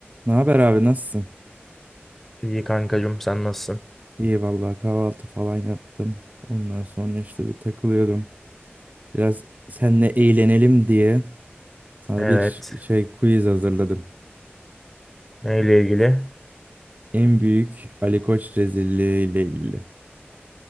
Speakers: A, on the right; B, in the centre.
A: Ne haber abi nasılsın?
B: İyi kankacığım sen nasılsın?
A: İyi vallahi kahvaltı falan yaptım. Ondan sonra işte bir takılıyordum. Biraz seninle eğlenelim diye sana
B: Evet.
A: bir şey quiz hazırladım.
B: Neyle ilgili?
A: En büyük Ali Koç rezilliği ile ilgili.